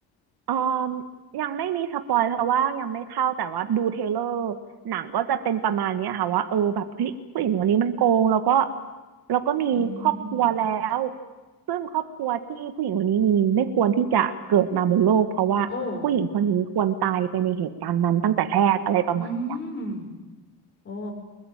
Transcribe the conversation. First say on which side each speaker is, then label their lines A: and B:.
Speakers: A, on the right; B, on the left.
A: เอ่อยังไม่มีสปอยเพราะว่ายังไม่เข้าแต่ว่าดูเทรลเลอร์หนังก็จะเป็นประมาณเนี้ยค่ะว่าเออแบบเฮ้ยผู้หญิงคนนี้มันโกงแล้วก็แล้วก็มีครอบครัวแล้ว
B: อืม
A: ซึ่งครอบครัวที่ผู้หญิงคนนี้มีไม่ควรที่จะเกิดมาบนโลกเพราะว่าผู้หญิงคนนี้ควรตายไปในเหตุการณ์นั้นตั้งแต่แรกอะไรประมาณเนี้ย
B: โอ้อืมโอ้